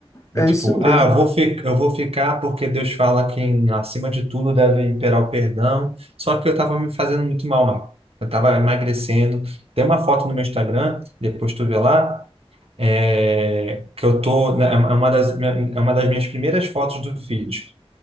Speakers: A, on the right (about 70°); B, on the left (about 30°).
A: e,
B: é,
A: tipo,
B: é isso mesmo.
A: ah, eu vou, fi- eu vou ficar porque Deus fala que em- acima de tudo deve imperar o perdão. Só que eu tava me fazendo muito mal, Marco. Eu tava emagrecendo. Tem uma foto no meu Instagram, depois tu vê lá, é, que eu tô, né, é uma das, é uma das minhas primeiras fotos do feed.